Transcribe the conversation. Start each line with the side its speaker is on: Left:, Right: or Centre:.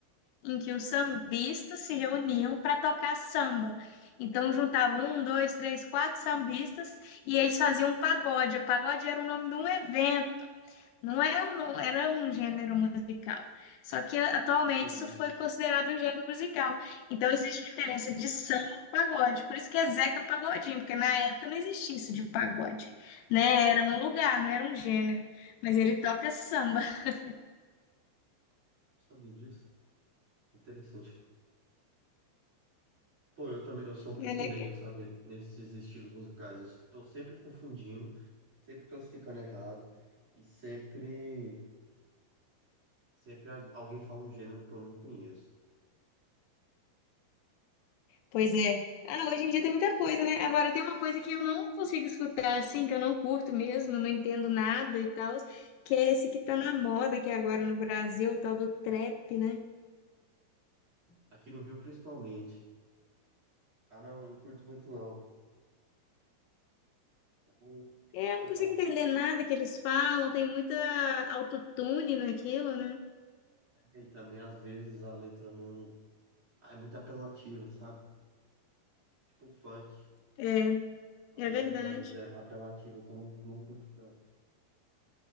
Left: em que os sambistas se reuniam para tocar samba. Então, juntavam um, dois, três, quatro sambistas e eles faziam um pagode. O pagode era o nome de um evento não era, um, não era um gênero musical. Só que a- atualmente
Right: Sabia disso.
Left: isso foi considerado um gênero musical. Então existe diferença de samba e pagode. Por isso que é Zeca Pagodinho, porque na época não existia isso de pagode, né? Era um lugar, não era um gênero. Mas ele toca samba. <laughs>
Right: Sabia disso? Interessante. Pô, eu também, eu sou um pouco
Left: É legal.
Right: leigo, sabe? Nesses estilos musicais. Eu tô sempre confundindo, sempre classificando errado e sempre, sempre a- alguém fala um gênero que eu não conheço.
Left: Pois é. Ah, hoje em dia tem muita coisa, né? Agora tem uma coisa que eu não consigo escutar assim, que eu não curto mesmo, não entendo nada e tal, que é esse que tá na moda aqui agora no Brasil, o tal do trap, né?
Right: Aqui no Rio, principalmente. Ah, não, eu não curto muito, não. Eu
Left: É,
Right: faço
Left: eu não consigo
Right: a-
Left: entender nada que eles falam, tem muita autotune naquilo, né?
Right: e também, às vezes, a letra não... ah, É muito apelativa, sabe? Tipo funk.
Left: É,
Right: A
Left: é
Right: letra,
Left: verdade.
Right: às vezes, é apelativa, então eu não, não curto tanto.